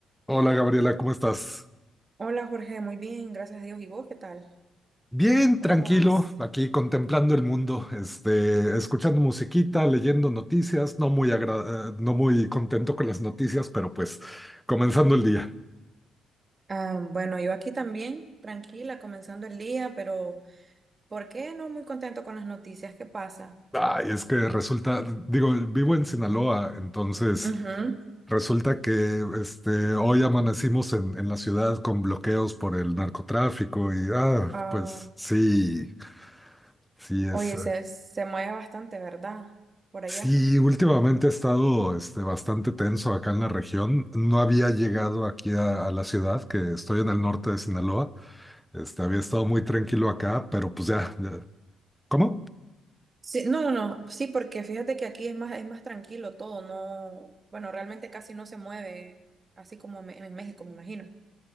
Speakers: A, in the centre; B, on the right (about 30°).
A: Hola Gabriela, ¿cómo estás?
B: Hola Jorge, muy bien, gracias a Dios. ¿Y vos qué tal?
A: Bien,
B: ¿Cómo
A: tranquilo,
B: vas?
A: aquí contemplando el mundo, este, escuchando musiquita, leyendo noticias, no muy agra- eh, no muy contento con las noticias, pero pues comenzando el día.
B: Ah, bueno, yo aquí también, tranquila, comenzando el día, pero ¿por qué no muy contento con las noticias? ¿Qué pasa?
A: Ay, es que resulta, digo, vivo en Sinaloa, entonces
B: Ujú.
A: resulta que este, hoy amanecimos en, en la ciudad con bloqueos por el narcotráfico y ah,
B: Ah,
A: pues sí, sí es.
B: oye, se, se mueve bastante, ¿verdad? Por
A: Sí,
B: allá.
A: últimamente he estado este, bastante tenso acá en la región. No había llegado aquí a, a la ciudad, que estoy en el norte de Sinaloa. Este, había estado muy tranquilo acá, pero pues ya, ya- ¿Cómo?
B: Sí, no, no, no, sí, porque fíjate que aquí es más, es más tranquilo todo, no, bueno, realmente casi no se mueve, así como me- en México, me imagino.